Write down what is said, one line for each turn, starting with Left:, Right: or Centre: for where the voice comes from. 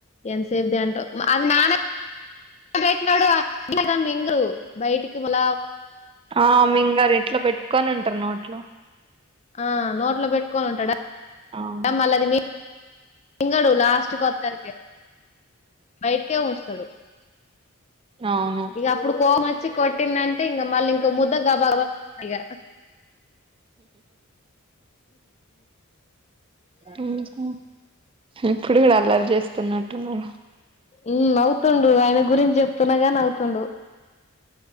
Left: ఎంతసేపుదిే అంట అ నాన్న పెట్టిడుదా మింగరు బయటికి మళ
Right: ఆ మీంగారు ఇట్లా పెట్టుకొని ఉంటారు నో లా
Left: ఆ నోట్లో పెట్టుకొని ఉంటాడా
Right: అవును
Left: మళ్ళది మీ తంగ లాస్ట్ కొత్తరికే బైటకిస్త
Right: అవును
Left: ఇక అప్పుడు కోపం వచ్చి కొట్టిందంటే ఇంకా మళ్ళీ ఇంకో ముద్ద గబా గబా ఇగ
Right: ఊ హ్ ఇప్పుడు కూడా ఆ బలి చేస్తున్నట్టు ఉన్నారు
Left: ఉ అవు నవ్వుతుండు ఆయన గురించి చెప్తున్నాగా నవ్వుతుండు